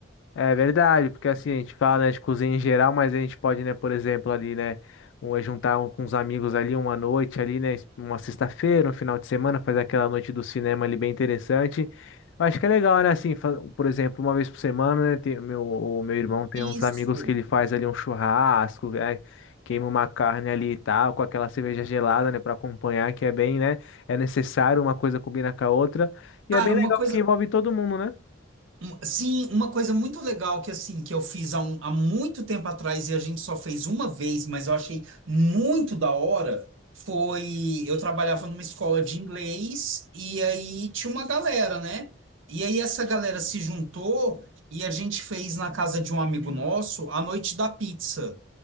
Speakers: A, on the left; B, on the right.
A: É verdade, porque assim, a gente fala, né, de cozinha em geral, mas a gente pode, né, por exemplo, ali, né, um, é juntar um- com os amigos ali uma noite ali, né, uma sexta-feira, um final de semana, fazer aquela noite do cinema ali bem interessante. Eu acho que é legal, né, assim, fa- por exemplo, uma vez por semana, né, tem, o meu, o meu irmão tem uns
B: Isso.
A: amigos que ele faz ali um churrasco, né, queima uma carne ali e tal, com aquela cerveja gelada, né, para acompanhar, que é bem, né, é necessário, uma coisa combina com a outra, e
B: Cara,
A: é bem
B: uma
A: legal
B: coisa
A: porque envolve todo mundo, né?
B: Um- Sim, uma coisa muito legal que assim que eu fiz há, um- há muito tempo atrás e a gente só fez uma vez, mas eu achei muito da hora, foi eu trabalhava numa escola de inglês e aí tinha uma galera, né? E aí essa galera se juntou e a gente fez na casa de um amigo nosso a noite da pizza.